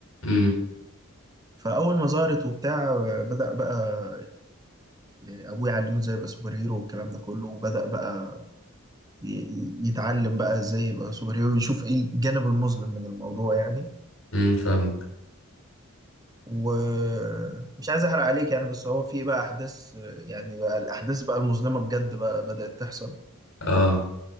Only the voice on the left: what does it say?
امم
امم فاهمك
اه